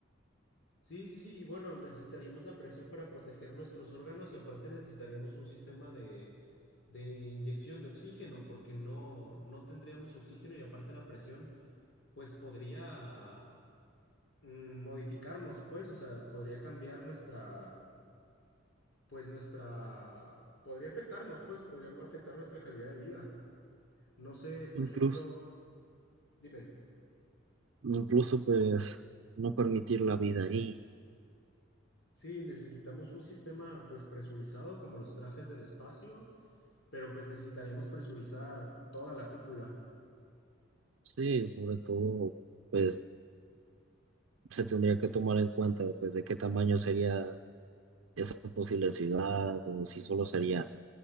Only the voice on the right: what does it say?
incluso,
incluso pues no permitir la vida ahí.
Sí, sobre todo, pues se tendría que tomar en cuenta, pues, de qué tamaño sería esa posible ciudad o si solo sería